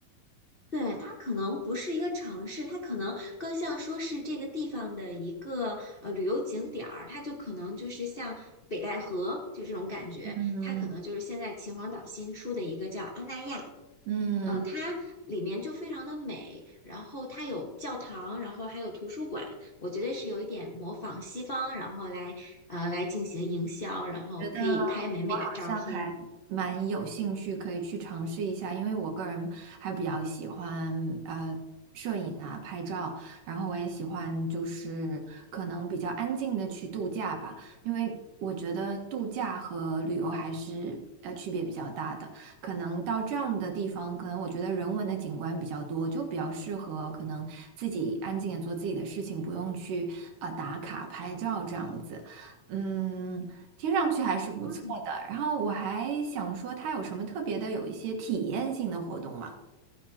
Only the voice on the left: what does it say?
对，它可能不是一个城市，它可能更像说是这个地方的一个呃旅游景点儿，它就可能就是像北戴河就这种感觉，
它可能就是现在秦皇岛新出的一个叫阿那亚，
嗯，它里面就非常的美，然后它有教堂，然后还有图书馆，我觉得是有一点模仿西方，然后来呃来进行营销，然后可以拍美美的照片。
嗯